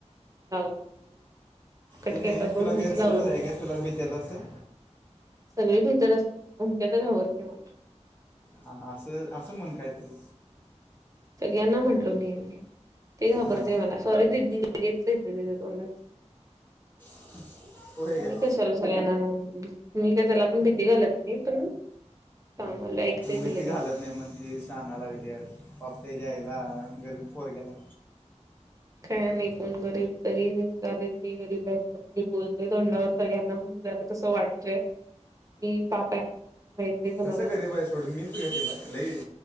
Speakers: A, on the right (about 30°); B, on the left (about 15°).
A: लावला म्हणजे कट
B: ते नाही
A: केलता सोड
B: तुला
A: मीच
B: गैरसमज
A: लावलो,
B: आहे का तुला भीत्यात असं
A: सगळी भित्यातच ओमक्या तर घाबतोय मला
B: हा असं असं म्हण कायतरी
A: सगळ्यांना म्हटलो नाही आहे मी ते घाबरतय
B: हां
A: मला सॉरी दिदी लगेच येतंय त्याच्या तोंडात
B: <inaudible> काय
A: मी कशाला सगळ्यांना मी का त्याला पण भीती घालत नाही पण सांगायला ऐकते
B: भीती
A: ती लगेच
B: घालत नाही म्हणतीस सांगा लागल्यास पाप तेज्या आयला गरीब पोरग्याला
A: काय नाही कोण गरीब सगळीजण हुशार आहेत मी गरीब आहे पाप मी बोलतोय तोंडावर सगळ्यांना म्हणताना तसं वाटतय मी पाप आहे माहित नाही कोणाला
B: तस गरीब आहे सोड मीच गरीब हाय लई